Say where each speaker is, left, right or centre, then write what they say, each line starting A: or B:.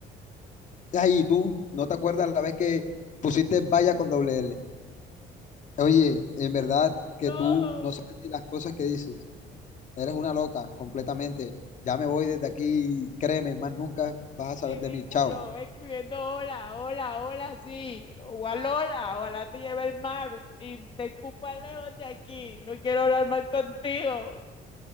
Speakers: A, on the left; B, on the left.
A: Ay, ¿y tú no te acuerdas la vez que pusiste valla con doble L? Oye, en verdad que
B: No.
A: tú no sabes ni las cosas que dices. Eres una loca completamente. Ya me voy desde aquí y créeme, más nunca vas a saber
B: Ridículo,
A: de mí. Chao.
B: escribiendo hola, hola, hola, sí, o alola, ojalá te lleve el mar y te escupa lejos de aquí, no quiero hablar más contigo.